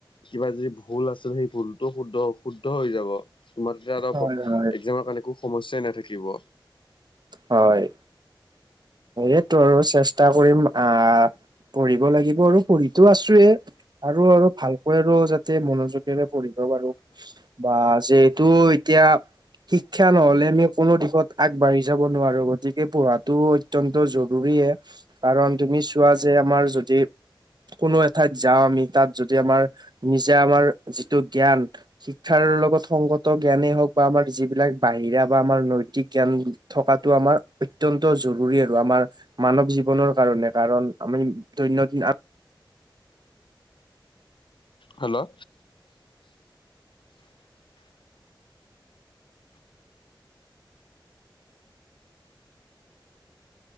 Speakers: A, on the left (about 80°); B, on the right (about 60°).
A: কিবা যদি ভুল আছে সেই ভুলটো শুদ্ধ শুদ্ধ হৈ যাব। তোমাৰ তেতিয়া অলপ
B: হয় হয়
A: একজামৰ কাৰণে একো সমস্যাই নাথাকিব।
B: হয়, এইটো আৰু চেষ্টা কৰিম আহ পঢ়িব লাগিব আৰু পঢ়িতো আছোঁয়ে। আৰু আৰু ভালকৈ আৰু যাতে মনোযোগেৰে পঢ়িব পাৰোঁ। বা যিহেতু এতিয়া শিক্ষা নহ'লে আমি কোনো দিশত আগবাঢ়ি যাব নোৱাৰোঁ। গতিকে পঢ়াটো অত্যন্ত জৰুৰীয়ে। কাৰণ তুমি চোৱা যে আমাৰ যদি কোনো এঠাইত যাওঁ আমি তাত যদি আমাৰ নিজা আমাৰ যিটো জ্ঞান শিক্ষাৰ লগত সংগত জ্ঞানেই হওঁক বা আমাৰ যিবিলাক বাহিৰা বা আমাৰ নৈতিক জ্ঞান থকাটো আমাৰ অত্যন্ত জৰুৰী আৰু আমাৰ মানৱ জীৱনৰ কাৰণে কাৰণ আমি দৈনন্দিন
A: হেল্ল'